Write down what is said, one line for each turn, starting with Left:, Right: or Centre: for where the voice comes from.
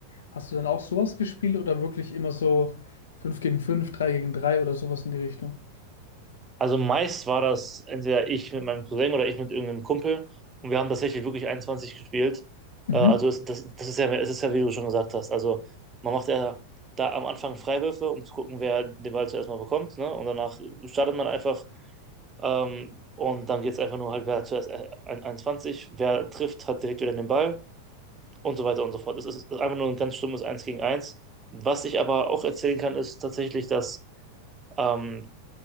Left: Hast du dann auch sowas gespielt oder wirklich immer so 5 gegen 5, 3 gegen 3 oder sowas in die Richtung?
Right: Also meist war das entweder ich mit meinem Cousin oder ich mit irgendeinem Kumpel. Und wir haben tatsächlich wirklich 21 gespielt.
Left: Mhm.
Right: Äh, also es, das, das ist ja, es ist ja, wie du schon gesagt hast. Also man macht ja da am Anfang Freiwürfe, um zu gucken, wer den Ball zuerst mal bekommt. Ne? Und danach startet man einfach. Ähm, und dann geht es einfach nur halt, wer hat zuerst äh, ein- 21, wer trifft, hat direkt wieder den Ball und so weiter und so fort. Es ist einfach nur ein ganz stummes Eins gegen eins. Was ich aber auch erzählen kann, ist tatsächlich, dass ähm,